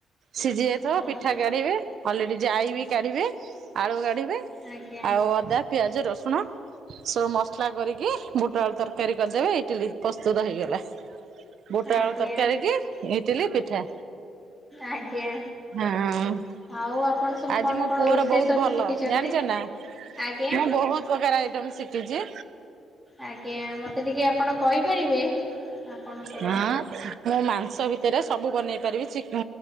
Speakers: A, on the right; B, in the centre.
A: ସିଝି ଯାଇଥିବ
B: ଓହୋ
A: ପିଠା କାଢିବେ, ଅଲରେଡି ଜାଇ ବି କାଢିବେ ଆଳୁ କାଢିବେ
B: ଆଜ୍ଞା
A: ଆଉ ଅଦା, ପିଆଜ, ରସୁଣ ସବୁ ମସଲା କରିକି ବୁଟ ଆଳୁ ତରକାରୀ କରିଦେବେ ଇଟିଲି ପ୍ରସ୍ତୁତ ହେଇଗଲା - ବୁଟ ଆଳୁ
B: ଆଜ୍ଞା
A: ତରକାରୀ କି ଇଟିଲି ପିଠା,
B: ଆଜ୍ଞା
A: ହଁ -
B: ଆଉ ଆପଣ ସବୁ
A: ଆଜି
B: କଣ
A: ମୋ
B: କଣ
A: ପୁଅର
B: ରୋଷେଇ
A: ବହୁତ
B: ସବୁ
A: ଭଲ
B: ଶିଖିଛନ୍ତି?
A: ଜାଣିଛ ନା ମୁଁ
B: ଆଜ୍ଞା
A: ବହୁତ ପ୍ରକାର ଆଇଟମ୍ ଶିଖିଚି
B: ଆଜ୍ଞା ମତେ ଟିକେ ଆପଣ କହିପାରିବେ? ଆପଣଙ୍କର
A: ହଁ ମୁଁ ମାଂସ ଭିତରେ ସବୁ ବନେଇ ପାରିବି ଚିକ୍